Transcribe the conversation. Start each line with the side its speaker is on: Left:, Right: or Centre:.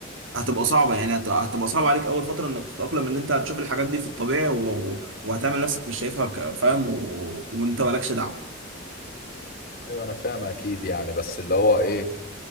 Right: هتبقى صعبة يعني هت- هتبقى صعبة عليك اول فترة انك تتأقلم ان انت هتشوف الحاجات دي في الطبيعي و... وهتعمل نفسك مش شايفها ك- فاهم و... وانت مالكش دعوة
Left: ايوه انا فاهم اكيد يعني بس اللي هو ايه